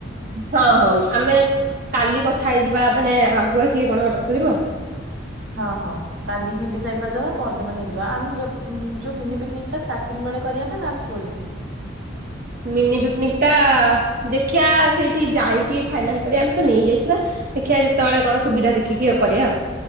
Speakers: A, on the right (about 45°); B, on the right (about 70°).
A: ହଁ ହଁ ଆମେ କାଲି କଥା ହେଇଯିବା ମାନେ ଆଗୁଆ କିଏ କଣ ଅର୍ଡର କରିବ।
B: ହଁ ହଁ। କାଲି ହିଁ ଡିସାଇଡ କରିଦବା ପରଦିନ ନେଇଯିବା ଆମେ ଯୋଉ ମିନି ପିକା ଷ୍ଟାର୍ ବେଳେ କରିବା ଲାଷ୍ଟ ବେଳକୁ।
A: ମିନି ପିକନିକ ଟା ଦେଖିବା ସେଇଠି ଯାଇକି ଫାଇନାଲ କରିବା ଆମେ ତ ନେଇଯାଇଥିବା। ଦେଖିବା ଯେତେବେଳେ କଣ ସୁବିଧା ଦେଖିକି ଆଉ କରିବା ଆଉ